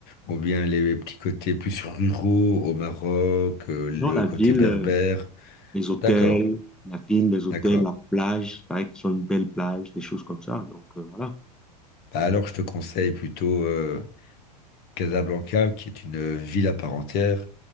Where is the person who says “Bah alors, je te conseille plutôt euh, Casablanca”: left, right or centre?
Left